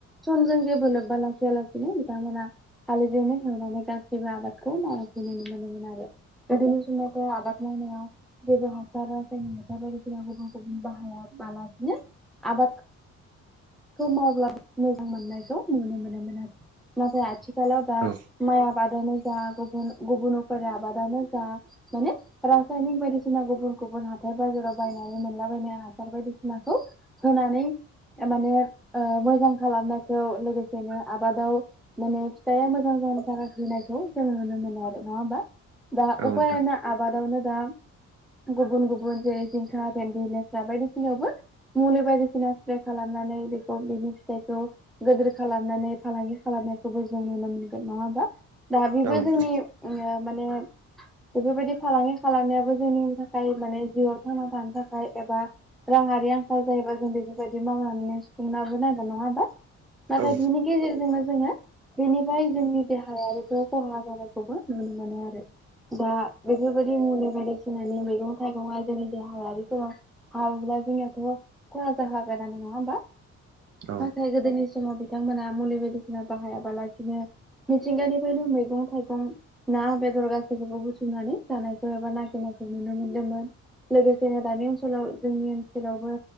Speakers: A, in the centre; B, on the right.
A: समजों जेबो लोब्बा लाखिया लासैनो बिथांमोना हालिजोंनो सावनानै गासैबो आबादखौ मावखौै नुनो मोनोमोन आरो। गोदोनि समावथ' आबाद मावनाय जेबो हासार जोंनि मैथाबारि फोराव गुबुन गुबुन बाहाया बालासि आबाद खौ मावब्ला मोजां मोननायखौ नुनो मोनोमोन आरो नाथाय आथिखालाव दा
B: औ
A: माइ आबादानो जा गुबुन गुबुनफोर आबादानो जा माने रासायनिक बायदिसिना गुबुन गुबुन हा हाथाय बाजाराव बायनानै मोनलाबायनाय हासार बायदिसिनाखौ होनानै थारमाने ओ मोजां खालामनायखौ लोगोसेनो आबादाव माने फिथाइआ मोजां जानो थाखाय होनायखौ जों नुनो मोनो आरो नङा होमबा? दा
B: औ नोंथां
A: उफायना आबादावनो दा गुबुन गुबुन गुनद्रि जिंखा भिन्दि लेस्रा बायदिसिनायावबो मुलि बायदिसिना स्प्रे खालामनानै बेखौ बिनि फिथाइखौ गोदोर खालामनानै फालांगि खालामनायखौबो जों नुनो मोनगोन नङा होमबा? दा बेबो
B: औ नोंथां
A: जोंनि ओ माने बेफोरबायदि फालांगि खालामनायाबो जोंनि थाखाय माने जिउआव थांना थानो थाखाय एबा राङारि आंखाल जायोबा जों बेफोरबायदि मावनानै सुफुंनाबोनांगोन नङा होमबा? नाथाय
B: औ
A: बिनि गेजेरजोंनो जोङो बेनिफ्राय जोंनि देहायारिखौ खहा जानायखौबो नुनो मोनो आरो। दा बेफोरबायदि मुलि बायदिसिनानि मैगं थाइगंआ जेरै देहायारिफोराव हाबोब्ला जोंनियाथ' खहा जाखागानानो नङा होमबा?
B: नोंथां औ
A: नाथाय गोदोनि समाव बिथांमोना मुलि बायदिसिना बाहायाबालासिनो मिथिंगानिफ्रायनो मैगं थाइगं ना बेदर गासैखौबो बुथुमनानै जानायखौ एबा नागिरनायखौ नुनो मोन्दोंमोन। लोगोसेनो दानि ओनसोलाव जोंनि ओनसोलावबो